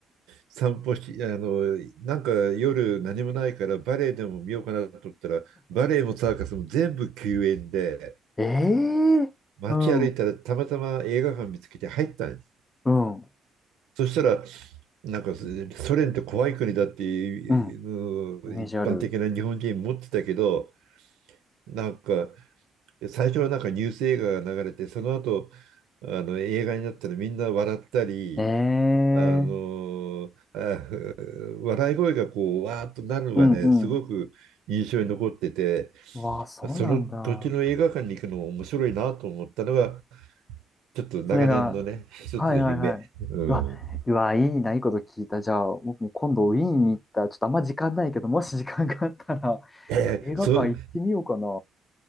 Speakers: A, on the right; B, on the left.
A: 散歩し、あの、なんか夜何もないからバレエでも見ようかなと思ったら、バレエもサーカスも全部休園で、
B: <laughs> ええうん。
A: 街歩いたらたまたま映画館見つけて入ったんです。
B: うん。
A: そしたら、なんかソ連って怖い国だっていうのを一般的な日本人持ってたけど、
B: うん。イメージある。
A: なんか最初はなんかニュース映画が流れて、その後、あの映画になったらみんな笑ったり、
B: え
A: あのあ
B: え
A: 笑い声がこう、わーっとなるのがね、
B: うんうん。
A: すごく印象に残ってて、
B: わあ、そうなんだ。
A: その土地の映画館に行くのも面白いなと思ったのが、ちょっと長年のね、
B: それが、
A: 一つの夢。
B: はいはいはい。
A: うん。
B: うわ、
A: い
B: うわ、いいな、いいこと聞いた。じゃあ、僕も今度ウィーンに行ったら、ちょっとあんま時間ないけど、もし時間があったら、<laughs>
A: やいや、
B: 映画館行ってみようかな。
A: そう、